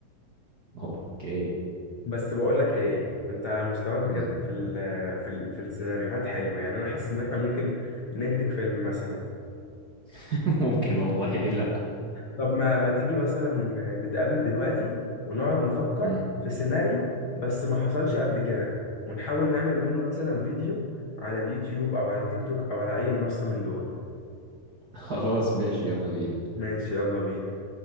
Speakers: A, on the right (about 35°); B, on the left (about 50°).
A: اوكي
B: بس بقول لك ايه انت مستواك بجد
A: مم.
B: في ال في ال في السيناريوهات حلو يعني انا حاسس ان احنا ممكن ننتج فيلم مثلا
A: <laughs> ممكن والله ليه لا
B: طب ما ما تيجي مثلا نتقابل دلوقتي ونقعد نفكر
A: مم.
B: في سيناريو بس ما حصلش قبل كده ونحاول نعمل منه مثلا فيديو على اليوتيوب او على تيك توك او على اي منصة من دول
A: خلاص ماشي يلا بينا
B: ماشي يلا بينا